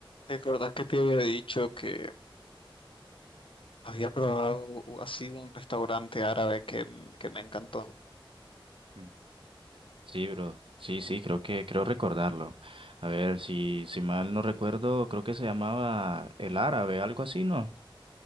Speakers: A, on the left (about 70°); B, on the right (about 70°).
A: ¿Te acordás que te había dicho que había probado u- así un restaurante árabe que, m- que me encantó?
B: Mm. Sí, bro. Sí, sí, creo que creo recordarlo. A ver, si si mal no recuerdo, creo que se llamaba El Árabe, algo así, ¿no?